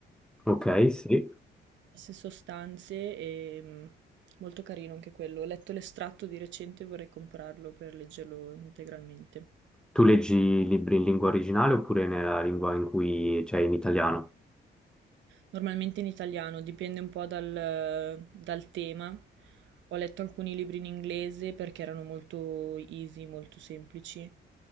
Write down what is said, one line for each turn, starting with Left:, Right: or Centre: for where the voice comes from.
Centre: Ok, sì.
Right: diverse sostanze e mm, molto carino anche quello. Ho letto l'estratto di recente e vorrei comprarlo per leggerlo integralmente.
Centre: Tu leggi libri in lingua originale oppure nella lingua in cui c'è in italiano?
Right: Normalmente in italiano, dipende un po' dal, dal tema. Ho letto alcuni libri in inglese perché erano molto easy, molto semplici,